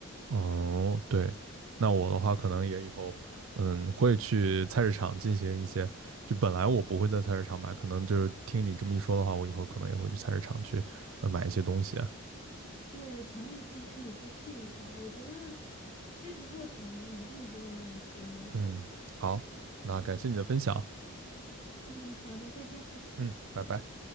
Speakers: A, on the right; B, on the left.
A: 哦，对，那我的话可能也以后嗯会去菜市场进行一些，就本来我不会在菜市场买，可能就是听你这么一说的话，我以后可能也会去菜市场去呃买一些东西啊。
B: 对，强烈推荐你去试一下，我觉得这个过程一定不会让你失望的。
A: 嗯，好，那感谢你的分享。
B: 嗯，好的，再见。
A: 嗯，拜拜。